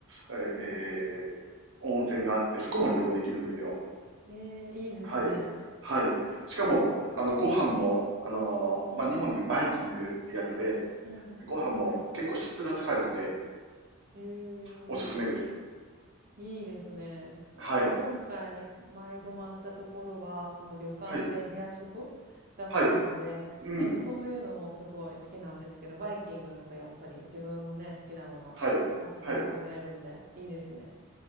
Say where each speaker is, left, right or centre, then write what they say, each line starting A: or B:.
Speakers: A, on the right; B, on the right.
A: えー温泉があって、
B: うん
A: そこも利用できるんですよ。
B: ええ、いいですね。
A: はい。はい。しかも、あの、ご飯も、あのーまあ、
B: うんうん。
A: 日本でいうバイキングってやつで、
B: うんうん。
A: ご飯も結構質が高いので、
B: うんへえ、
A: おすすめです。
B: いいですね。
A: はい。
B: その今回、前泊まったところは、その旅館で部屋食だったので、
A: はい。はい。うん。
B: なんかそういうのもすごい好きなんですけど、バイキングだとやっぱり自分のね、好きなもの、
A: はい。
B: たくさん食べれるんで、
A: はい。
B: いいですね。